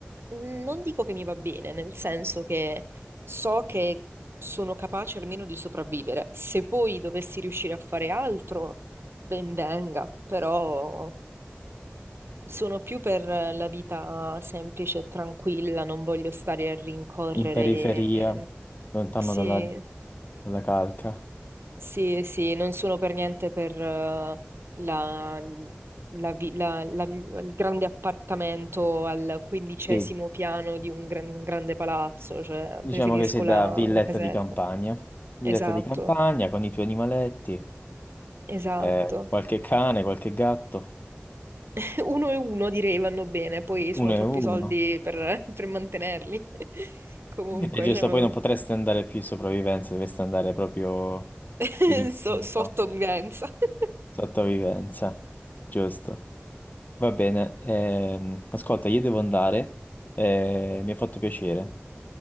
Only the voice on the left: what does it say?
In periferia,
lontano
dalla, dalla calca.
Sì,
Diciamo
che sei da
villetta
di campagna, villetta
di campagna con i tuoi animaletti,
eh, qualche cane, qualche gatto,
uno
e uno.
E giusto,
poi non potresti andare più in sopravvivenza, dovresti andare proprio
in istinto,
sottovivenza, giusto. Va bene, ehm, ascolta, io devo andare, eh, mi ha fatto piacere.